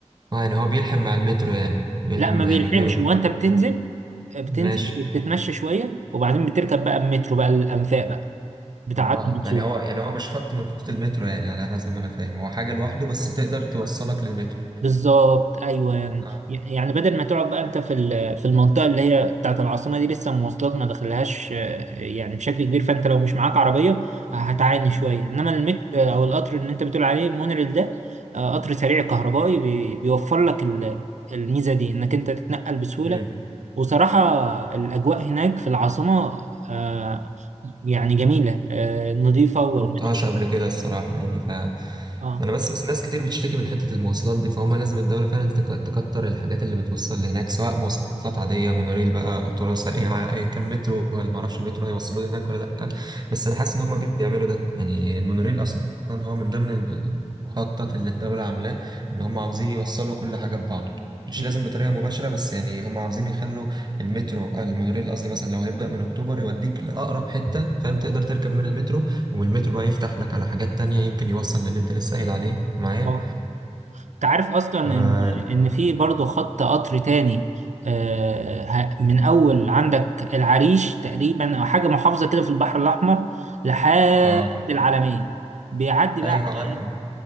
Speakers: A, on the right; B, on the right.
A: اه يعني هو بيلحم مع المترو يعني بيلحم
B: لا ما بيلحمش
A: يعني بي...
B: هو أنت بتنزل آه، بتنزل
A: ماشي
B: وبتتمشى شوية وبعدين بتركب بقى المترو بقى الأنفاق بقى بتاع
A: اه
B: عدلي منصور
A: يعني هو يعني هو مش خط من خطوط المترو يعني على حسب ما انا فاهم هو حاجة لوحده بس تقدر توصلك للمترو
B: بالظبط ايوه مم.
A: اه
B: يعني بدل ما تقعد بقى انت في ال- في المنطقه اللي هي بتاعت العاصمه دي لسه المواصلات ما دخلهاش آه، يعني بشكل كبير فانت لو مش معاك عربيه آه، هتعاني شويه انما المترو آه، او القطر اللي انت بتقول عليه المونريل ده آه، قطر سريع كهربائي بي- بيوفر لك ال- الميزه دي انك انت تتنقل بسهوله
A: ايه
B: وصراحه الاجواء هناك في العاصمه آه، يعني جميله آه، نظيفه والمترو
A: مروحتهاش قبل كده الصراحة يعني ف
B: اه
A: أنا بس بس ناس كتير بتشتكي من حتة المواصلات دي فهم لازم الدولة فعلا تك- تكتر الحاجات اللي بتوصل لهناك سواء مواصلات عادية مونوريل بقى قطورة سريعة <laughs> أيا كان مترو ولا معرفش المترو هيوصلوا لي هناك ولا لأ بس أنا حاسس إن هم بيعملوا ده يعني المونوريل أصلا هو من ضمن المخطط اللي الدولة عاملاه إن هم عاوزين يوصلوا كل حاجة ببعض مش
B: مم.
A: لازم بطريقة مباشرة بس يعني هم عاوزين يخلوا المترو المونوريل قصدي مثلا لو هيبدأ من أكتوبر يوديك لأقرب حتة فاهم تقدر تركب منها مترو والمترو بقى يفتح لك على حاجات تانية يمكن يوصل للي انت لسه قايل عليه معايا
B: اه انت عارف اصلا
A: اه,
B: ان ان في برضه خط قطر تاني آه، ه- من اول عندك العريش تقريبا او حاجه محافظه كده في البحر الاحمر لحد
A: آه.
B: العلمين بيعدي بقى
A: ايوه
B: على-
A: عارفه
B: إيه؟